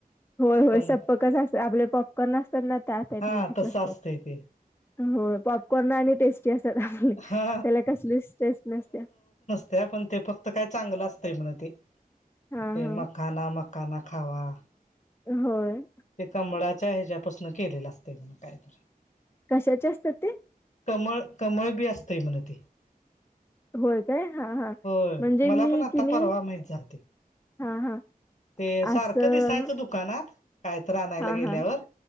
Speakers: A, on the left; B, on the left.
A: होय होय
B: पण
A: सप्पकच असत आपले पॉपकॉर्न असत्यात ना त्या टाईपमध्येच
B: हा तसं
A: असतात
B: असतंय ते
A: हो पॉपकॉर्न ना आणि टेस्टी असत्यात आपली..
B: हा
A: त्याला कसलीच टेस्ट नसतीयां
B: त्या पण ते फक्त काय चांगलं असतंय म्हण ते
A: हा
B: ते
A: हा
B: मकाना मकाना खावा
A: होय
B: ते कंमळाच्या ह्याच्यापासून केलेलं असतय म्हण ते काय ते
A: कशाचे असतात ते
B: कमळ.. कमळ बी असतय म्हणे ती
A: होय काय.. हा हा
B: होय
A: म्हणजे
B: मला
A: मी
B: पण आता
A: किनी..
B: परवा माहित झालं ते
A: हा हा
B: ते सारखं
A: असं
B: दिसायचं दुकानात कायतरं आणायला
A: हा
B: गेल्यावर
A: हा